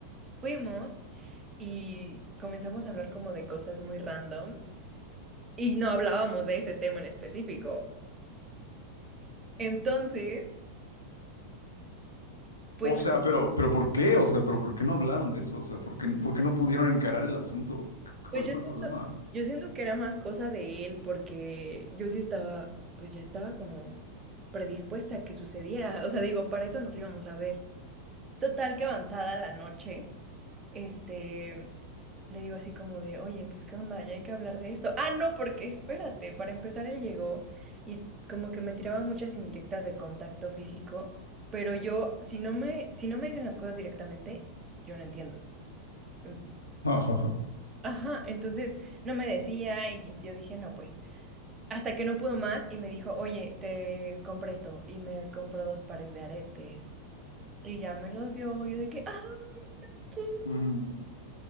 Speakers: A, on the right (about 20°); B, on the left (about 80°).
A: Fuimos y comenzamos a hablar como de cosas muy random y no hablábamos de ese tema en específico. Entonces, pues,
B: O
A: la-
B: sea, pero, pero ¿por qué? O sea, pero ¿por qué no hablaron de eso? O sea, ¿por qué, por qué no pudieron encarar el asunto? ¿Cu-
A: pues
B: ¿Cuál
A: yo
B: fue
A: siento,
B: el problema?
A: yo siento que era más cosa de él porque yo sí estaba, pues ya estaba como predispuesta a que sucediera. O sea, digo, para eso nos íbamos a ver. Total que avanzada la noche. este, le digo así como de, oye, pues qué onda, ya hay que hablar de esto. Ah, no, porque espérate, para empezar él llegó y como que me tiraba muchas indirectas de contacto físico, pero yo, si no me, si no me dicen las cosas directamente, yo no entiendo. Em,
B: Ajá.
A: Ajá, entonces no me decía y yo dije, no, pues, hasta que no pudo más y me dijo, oye, te compré esto y me compró dos pares de aretes y ya me los dio, yo de que, ah, qué lindo.
B: Ujú.